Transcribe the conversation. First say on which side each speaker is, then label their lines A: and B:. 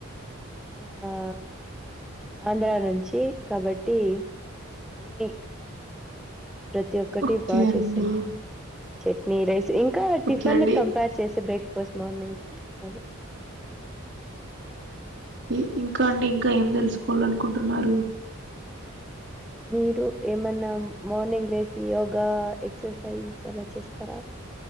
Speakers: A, in the centre; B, on the right.
A: ఆ ఆంధ్రా నుంచి కాబట్టి అన్ని ప్రతి ఒక్కటి
B: ఓకే
A: బా
B: అండి
A: చేస్తుంది చట్నీ రైస్ ఇంకా
B: ఓకే
A: టిఫిన్
B: అండి
A: కంపేర్ చేస్తే బ్రేక్ఫాస్ట్ మార్నింగ్ అది
B: ఇ ఇంకా అండి ఇంకా ఏం తెలుసుకోవాలనుకుంటున్నారు
A: మీరు ఏమన్నా మార్నింగ్ లేసి యోగా ఎక్సర్సైజ్ అలా చేస్తారా